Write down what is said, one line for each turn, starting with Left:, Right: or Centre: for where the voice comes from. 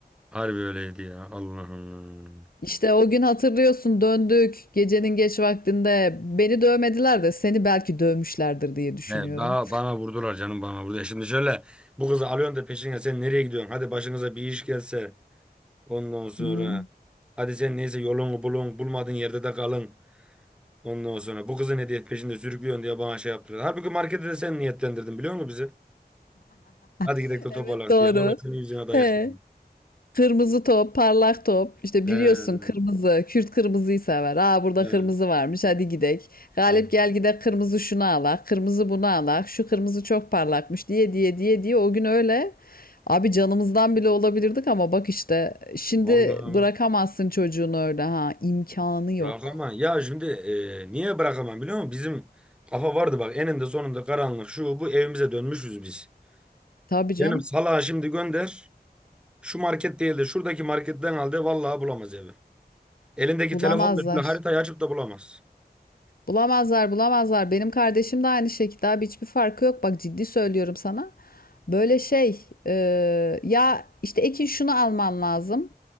Centre: harbi öyleydi ya. Allah Allah.
Left: İşte o gün hatırlıyorsun döndük gecenin geç vaktinde. Beni dövmediler de seni belki dövmüşlerdir diye düşünüyorum.
Centre: Ne, daha bana vurdular canım bana vurdu. E Şimdi şöyle bu kızı alıyorsun da peşine sen nereye gidiyorsun? Hadi başınıza bir iş gelse ondan sonra.
Left: Ne?
Centre: Hadi sen neyse yolunu bulun bulmadığın yerde de kalın. Ondan sonra bu kızı ne diye peşinde sürüklüyorsun diye bana şey yaptılar. Halbuki markete de sen niyetlendirdin biliyor musun bizi? Hadi
Left: <laughs>
Centre: gidelim de
Left: Evet
Centre: toparlak
Left: doğru.
Centre: diye. Vallahi senin yüzüne dayak
Left: He.
Centre: yedim.
Left: Kırmızı top, parlak top. İşte
Centre: Ee,
Left: biliyorsun kırmızı, Kürt kırmızıyı sever. Aa burada
Centre: ee,
Left: kırmızı varmış hadi gidek. Galip
Centre: tamam.
Left: gel gidek kırmızı şunu alak, kırmızı bunu alak, şu kırmızı çok parlakmış diye diye diye diye o gün öyle. Abi canımızdan bile olabilirdik ama bak işte şimdi
Centre: Vallahi
Left: bırakamazsın
Centre: ama
Left: çocuğunu öyle ha imkanı yok.
Centre: bırakamam. Ya şimdi e, niye bırakamam biliyor musun? Bizim kafa vardı bak eninde sonunda karanlık şu bu evimize dönmüşüz biz.
Left: Tabii canım
Centre: Benim salağa şimdi gönder. Şu market değil de şuradaki marketten al de vallahi bulamaz evi. Elindeki
Left: bulamazlar.
Centre: telefonla şöyle haritayı açıp da bulamaz.
Left: Bulamazlar, bulamazlar. Benim kardeşim de aynı şekilde abi hiçbir farkı yok. Bak ciddi söylüyorum sana. Böyle şey e, ya işte Ekin şunu alman lazım.